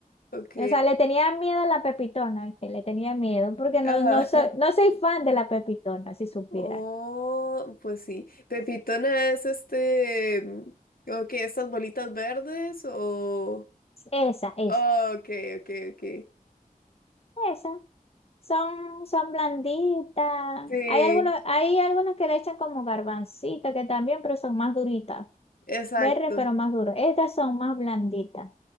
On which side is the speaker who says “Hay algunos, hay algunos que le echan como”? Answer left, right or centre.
Left